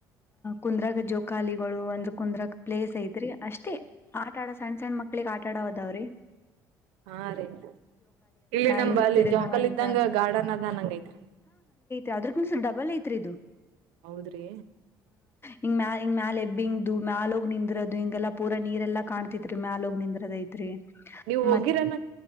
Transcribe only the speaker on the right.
ಹಾ ರೀ ಇಲ್ಲಿ ನಮ
ಅಲ್ಲಿ
ಜೋಕಲ್ ಇದ್ದಂಗ ಗಾರ್ಡನ್ ಅದ ಅನಂಗ ಐತ್ರಿಲ್ಲಿ
ಹೌದ್ರಿ
ನೀವು್ ಹೋಗಿರ